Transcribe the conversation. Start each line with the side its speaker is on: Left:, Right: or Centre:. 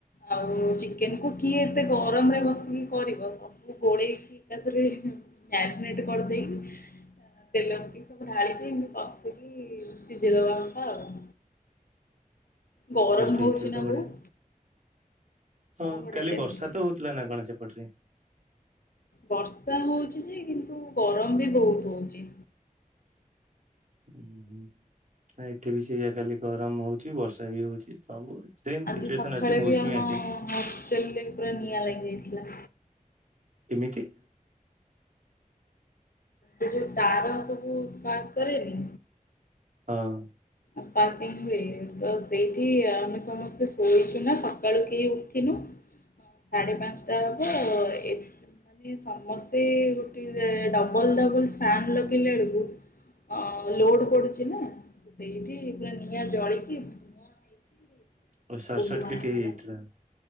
Left: ଆଉ ଚିକେନକୁ କିଏ ଏତେ ଗରମରେ ବସିକି କରିବ ସବୁ ଗୋଳେଇକି ଏକାଥରେ ମ୍ୟାଗନେଟ କର ଦେଇକି ତେଲ ସବୁ ଢାଳିକି ଏମତି କଷିକି ସିଝେଇ ଦବା କଥା ଆଉ। ଗରମ
Right: ଟେଷ୍ଟ
Left: ହଉଛି
Right: ହେଇଥିବ
Left: ନା
Right: ତ ବଢିଆ।
Left: ବହୁତ
Right: ହଁ
Left: ବଢ଼ିଆ
Right: କାଲି
Left: ଟେଷ୍ଟ।
Right: ବର୍ଷା ତ ହଉଥିଲା ନା କଣ ସେପଟରେ?
Left: ବର୍ଷା ହଉଚି ଯେ କିନ୍ତୁ ଗରମ ବି ବହୁତ ହଉଚି।
Right: ଉ ହୁଁ ହୁଁ ଏଠି ବି ସେଇଆ ଖାଲି ଗରମ ହଉଚି ବର୍ଷା ବି ହଉଚି ସବୁ ସେମ
Left: ଆଜି
Right: ସିଚୁଏସନ
Left: ସଖାଳେ
Right: ଅଛି ମୌସୁମୀ
Left: ବି ଆମ
Right: ଆସିନି।
Left: ହଷ୍ଟେଲରେ ପୁର ନିଆଁ ଲାଗିଯାଇଥିଲା।
Right: କିମିତି?
Left: ସେ ଯୋଉ ତାର ସବୁ ସ୍ପାର୍କ କରେନି
Right: ହଁ।
Left: ସ୍ପାରକିଙ୍ଗ ହୁଏ ତ ସେଇଠି ଆମେ ସମସ୍ତେ ଶୋଇଚୁ ନା ସକାଳୁ କେହି ଉଠିନୁ ହଁ ସାଢେ ପାଞ୍ଚଟା ହବ ଆ ଏ ମାନେ ସମସ୍ତେ ଗୋଟେ ଡବଲ ଡବଲ ଫାନ ଲଗେଇଲେ ବେଳକୁ ଅ ଲୋଡ ପଡୁଚି ନା ସେଇଠି ପା ନିଆଁ ଜଳିକି ଧୂଆଁ ହେଇକି ବହୁତ
Right: ଓ ସଠ ସଠ
Left: ଧୂଆଁ
Right: କିଟ
Left: ହେଇଥିଲା।
Right: ହେଇଯାଇଥିଲା।